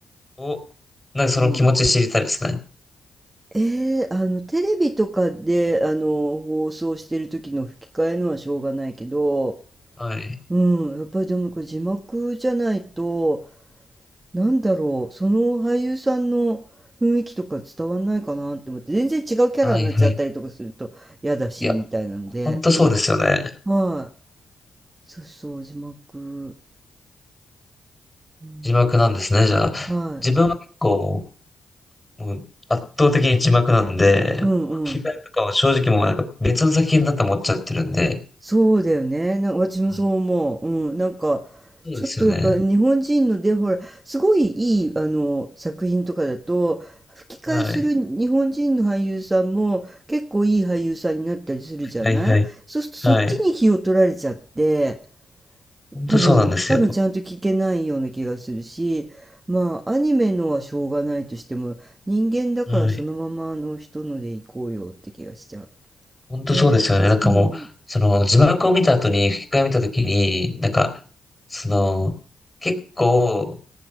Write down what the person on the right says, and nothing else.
うん。えーあの、テレビとかで、あの、放送してる時の吹き替えのはしょうがないけど、
うん、やっぱりでもこれ字幕じゃないと、なんだろう、その俳優さんの雰囲気とか伝わんないかなって思って、全然違うキャラになっちゃったりとかすると嫌だし、
みたいなんで、
うん、はい。そうそう、字幕。うん、
はい。
うんうん。
そうだよね。なんか私もそう思う。
うん。なんか、
ちょっとやっぱ日本人ので、ほら、すごいいい、あの、作品とかだと、吹き替えする日本人の俳優さんも結構いい俳優さんになったりするじゃないそうするとそっちに気を取られちゃって、
多分、多分ちゃんと聞けないような気がするし、まあ、アニメのはしょうがないとしても、人間だからそのままあの人ので行こうよって気がしちゃう。
ね。
うん